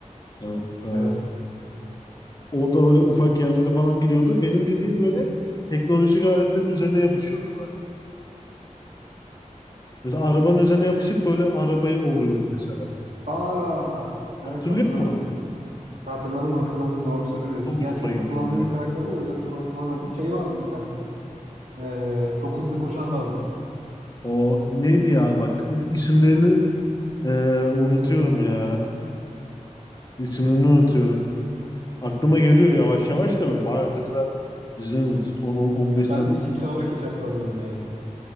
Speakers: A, on the left; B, on the right.
A: Yani e,
B: Evet.
A: o da böyle ufak yerlere falan gidiyordu. Benim dediğim böyle teknolojik aletlerin üzerine yapışıyordu böyle. Mesela arabanın üzerine yapışıp böyle arabayı oluyordu mesela.
B: Aa
A: Hatırlıyor
B: evet hatırladım.
A: musun?
B: Hatırladım hatırladım doğru söylüyorsun.
A: Çok
B: Yani
A: hoşuma
B: çok kullandığı
A: gidiyordu
B: bir
A: ya.
B: karakter değil o yüzden çok aklıma kalmadı. Şey vardı bir tane de. Ee, çok hızlı koşan vardı.
A: O neydi ya bak isimlerini Ee, unutuyorum ya. İsimlerini unutuyorum. Aklıma geliyor yavaş yavaş da böyle. Bayağıdır da izlemiyoruz. 10-15
B: Ya ben
A: tane.
B: isimsel olarak hiç hatırlamıyorum ya.